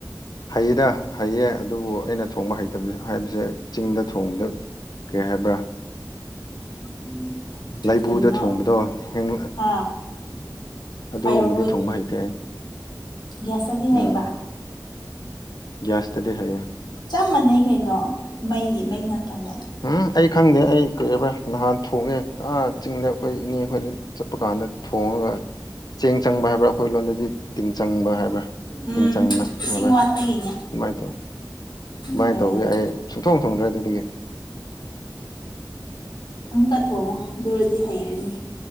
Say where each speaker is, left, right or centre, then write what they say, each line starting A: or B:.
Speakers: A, on the left; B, on the left.
A: ꯍꯩꯌꯦꯗ ꯍꯩꯌꯦ ꯑꯗꯨꯕꯨ ꯑꯩꯅ ꯊꯣꯡꯕ ꯍꯩꯇꯕ ꯍꯥꯏꯕꯁꯦ ꯆꯤꯡꯗ ꯊꯣꯡꯕꯗ ꯀꯩꯍꯥꯏꯕꯔ
B: <inaudible>
A: ꯂꯥꯏꯕꯨꯗ
B: ꯀꯔꯤꯅꯣ
A: ꯊꯣꯡꯕꯗꯣ ꯍꯦꯛ
B: ꯑꯥ
A: ꯑꯗꯨꯒꯨꯝꯕꯗꯤ
B: ꯐꯥꯏꯌꯔꯋꯨꯗ
A: ꯊꯨꯡꯕ ꯍꯩꯇꯦ ꯑꯩ
B: ꯒ꯭ꯌꯥꯁꯇꯗꯤ
A: ꯎꯝ
B: ꯍꯩꯕ
A: ꯒ꯭ꯌꯥꯁꯇꯗꯤ ꯍꯩꯌꯦ
B: ꯆꯞ ꯃꯥꯟꯅꯩ ꯀꯩꯅꯣ ꯃꯩꯒꯤ ꯃꯩ ꯉꯥꯛꯇꯅꯦ
A: ꯎꯝ ꯑꯩ ꯈꯪꯗꯦ ꯑꯩ ꯀꯩꯕ꯭ꯔꯥ ꯅꯍꯥꯟ ꯊꯣꯡꯉꯦ ꯆꯤꯡꯗ ꯑꯩꯈꯣꯏ ꯏꯅꯦ ꯑꯩꯈꯣꯏꯗ ꯆꯠꯄ ꯀꯥꯟꯗ ꯊꯣꯡꯉꯒ ꯆꯦꯡ ꯆꯪꯕ ꯍꯥꯏꯕ꯭ꯔꯥ ꯑꯩꯈꯣꯏ ꯂꯣꯟꯗꯗꯤ ꯇꯤꯡ ꯆꯪꯕ ꯍꯥꯏꯕ
B: ꯎꯝ
A: ꯇꯤꯡ ꯆꯪꯅ
B: ꯏꯁꯤꯡ
A: ꯍꯥꯏꯕ
B: ꯋꯥꯠꯄꯒꯤꯅꯦ
A: ꯑꯗꯨꯃꯥꯏꯅ ꯇꯧꯋꯤ ꯑꯗꯨꯃꯥꯏꯅ
B: ꯎꯝ
A: ꯇꯧꯋ ꯑꯩ ꯁꯨꯡꯊꯣꯡ ꯊꯣꯡꯗ꯭ꯔꯦ ꯑꯗꯨꯗꯒꯤ
B: ꯑꯃꯨꯛꯀ ꯊꯣꯡꯉꯣ ꯑꯗꯨꯑꯣꯏꯗꯤ ꯍꯩꯔꯅꯤ